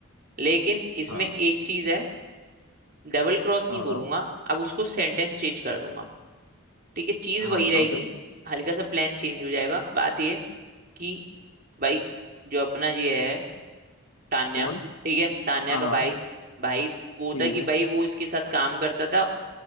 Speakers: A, on the right; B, on the left.
A: लेकिन इसमें
B: हाँ
A: एक चीज है डबल क्रॉस नहीं
B: हाँ
A: बोलूंगा
B: बताओ
A: अब उसको सेंटेंस चेंज कर दूंगा ठीक है चीज
B: हाँ
A: वही
B: बताओ
A: रहेगी
B: क्या
A: हल्का सा प्लान चेंज हो जाएगा बात ये है कि भाई जो अपना ये है तान्या
B: कौन
A: ठीक है तान्या
B: हाँ
A: का
B: हाँ
A: भाई भाई वो
B: ठीक
A: था कि
B: है
A: भाई वो इसके साथ काम करता था